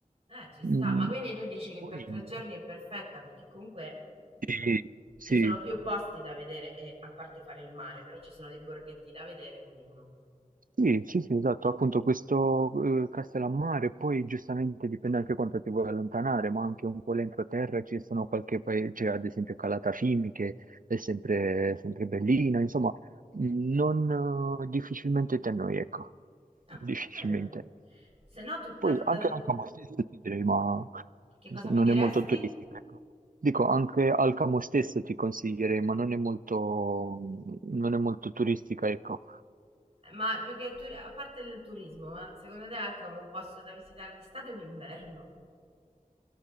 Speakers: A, on the right; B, on the right.
A: eh, ci sta.
B: Mm,
A: Ma quindi tu dici che
B: Poi,
A: per tre giorni è perfetta perché comunque mh,
B: sì, sì.
A: ci sono più posti da vedere, e, a parte fare il mare, però ci sono dei borghetti da vedere, quindi uno...
B: Sì, sì, sì, esatto, appunto questo eh, Castellammare, poi giustamente dipende anche quanto ti vuoi allontanare, ma anche un po' l'entroterra ci sono qualche paese, ad esempio Calatafimi, che è sempre, sempre bellina, insomma, non eh, difficilmente te noi, ecco, difficilmente.
A: Ah, bello. Se no, tutt'altra...
B: Poi anche Alcamo stesso ti direi, ma
A: Che
B: insomma,
A: cosa mi
B: non
A: diresti?
B: è molto turistica, ecco. Dico, anche Alcamo stesso ti consiglierei, ma non è molto, non è molto turistica, ecco.
A: Ma più che turi- a parte il turismo, ma secondo te Alcamo è un posto da visitare d'estate o d'inverno?